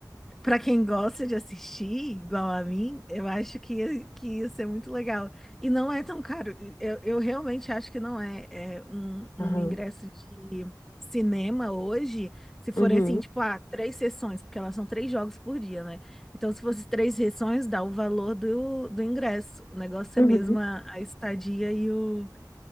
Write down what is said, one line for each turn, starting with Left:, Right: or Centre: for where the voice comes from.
Centre: Pra quem gosta de assistir, igual a mim, eu acho que ia, que ia ser muito legal. E não é tão caro. Eu, eu realmente acho que não é, é um, um
Left: Aham.
Centre: ingresso de cinema hoje, se forem
Left: Uhum.
Centre: assim, tipo, ah, três sessões, porque elas são três jogos por dia, né? Então, se fosse três sessões, dá o valor do, do ingresso. O negócio
Left: Uhum.
Centre: é mesmo a, a estadia e o,